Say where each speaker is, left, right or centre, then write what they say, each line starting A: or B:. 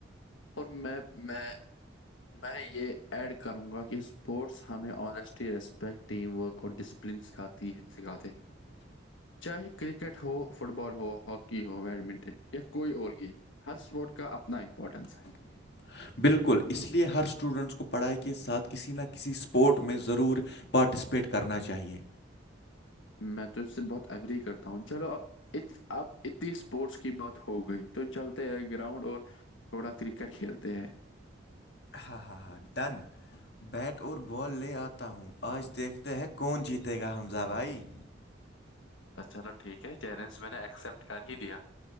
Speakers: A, on the left; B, on the left.
A: اور میں میں میں یہ ایڈ کروں گا کہ اسپورٹس ہمیں آونیسٹی رسپیکٹ ٹیم ورک اور ڈسپلن سکھاتی سکھاتے ہیں
B: <inaudible>
A: چاہے کرکٹ ہو فٹ بال ہو ہاکی ہو بیڈمنٹن یا کوئی اور گیم ہر سپوٹ کا اپنا امپورٹنس ہے
B: ہاں <inaudible> بالکل اس لیے ہر اسٹوڈنٹس کو پڑھائی کے ساتھ کسی نہ کسی اسپورٹ میں ضرور پارٹسپیٹ کرنا چاہیے
A: میں تو اس سے بہت ایگری کرتا ہوں چلو اب اب اتنی اسپورٹس کی بات ہو گئی تو چلتے ہیں گراؤنڈ اور تھوڑا کرکٹ کھیلتے ہیں
B: ہاں ہاں ہاں ڈن بیٹ اور بال لے آتا ہوں آج دیکھتے ہیں کون جیتے گا حمزہ بھائی
A: ا چلو ٹھیک ہے چیلنج میں نے ایکسپٹ کر ہی دیا